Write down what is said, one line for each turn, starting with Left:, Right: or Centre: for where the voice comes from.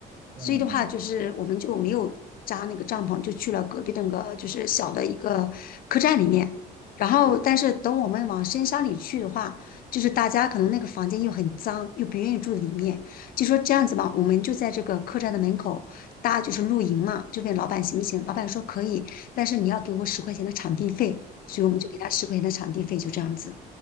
Right: 嗯嗯，
Left: 所以的话，就是我们就没有扎那个帐篷，就去了隔壁的那个就是小的一个客栈里面。然后，
Right: 对。
Left: 但是等我们往深山里去的话，就是大家可能那个房间又很脏，又不愿意住里面，就说这样子吧，我们就在这个客栈的门口搭就是露营嘛，就问老板行不行？老板说可以，但是你要给我十块钱的场地费，所以我们就给他十块钱的场地费，就这样子。